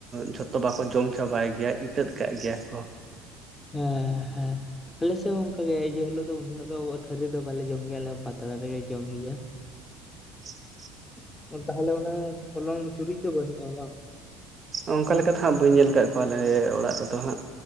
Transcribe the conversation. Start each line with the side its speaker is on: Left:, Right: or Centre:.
Right: ᱡᱷᱚᱛᱚ ᱛᱚ ᱵᱟᱠᱚ ᱡᱚᱢ ᱪᱟᱵᱟᱭ ᱜᱮᱭᱟ ᱤᱛᱟᱹᱫ ᱠᱟᱜ ᱜᱮᱭᱟ ᱠᱚ᱾
Left: ᱦᱮᱸ ᱦᱮᱸ ᱦᱮᱸ ᱟᱞᱮ ᱥᱮᱫ ᱦᱚᱸ ᱚᱱᱠᱟ ᱜᱮ ᱤᱭᱟᱹ ᱦᱤᱞᱳᱜ ᱫᱚ, ᱩᱱ ᱦᱤᱞᱳᱜ ᱫᱚ ᱟᱵᱚᱣᱟᱜ ᱛᱷᱟᱹᱨᱤ ᱨᱮ ᱫᱚ ᱵᱟᱞᱮ ᱡᱚᱢ ᱜᱮᱭᱟ ᱟᱞᱮ ᱦᱚᱸ᱾ ᱯᱟᱛᱲᱟ ᱨᱮᱜᱮ ᱡᱚᱢ ᱜᱮᱭᱟ᱾
Right: <inaudible>
Left: ᱚ ᱛᱟᱦᱚᱞᱮ ᱚᱱᱟ ᱦᱚᱞᱚᱝ ᱪᱩᱨᱩᱡ ᱫᱚ ᱵᱟᱹᱱᱩᱜᱼᱟ ᱵᱟᱝ?
Right: ᱚᱱᱠᱟ ᱞᱮᱠᱟ ᱫᱚ ᱦᱟᱸᱜ ᱵᱟᱹᱧ ᱧᱮᱞ ᱠᱟᱜ ᱠᱚᱣᱟ ᱟᱞᱮ ᱚᱲᱟᱜ ᱨᱮᱫᱚ ᱦᱟᱸᱜ᱾